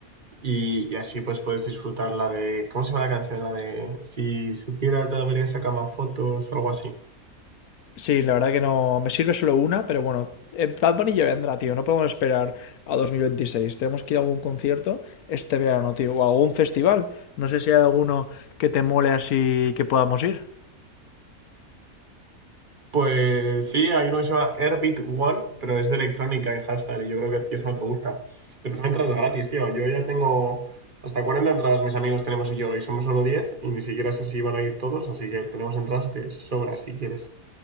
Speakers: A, on the right; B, on the left.
A: Y, y así pues puedes disfrutar la de... ¿Cómo se llama la canción? La de... Si supiera te debería sacar más fotos algo así.
B: Sí, la verdad que no. Me sirve solo una, pero bueno. eh, Bad Bunny ya vendrá, tío. No podemos esperar a 2026. Tenemos que ir a algún concierto este verano, tío. O a algún festival. No sé si hay alguno que te mole así que podamos ir.
A: Pues sí, hay uno que se llama Airbeat One, pero es de electrónica y hashtag y yo creo que a ti eso no te gusta. Pero son entradas gratis, tío. Yo ya tengo hasta 40 entradas, mis amigos tenemos y yo, y somos solo 10 y ni siquiera sé si van a ir todos, así que tenemos entradas de sobra si quieres.